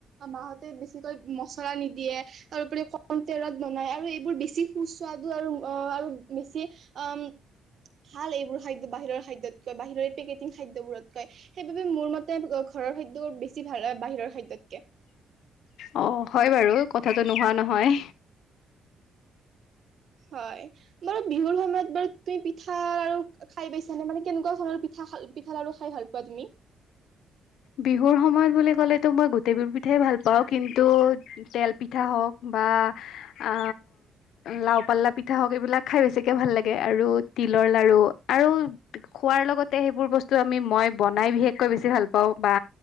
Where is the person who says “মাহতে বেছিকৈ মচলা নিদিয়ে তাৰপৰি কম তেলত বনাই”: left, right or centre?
Right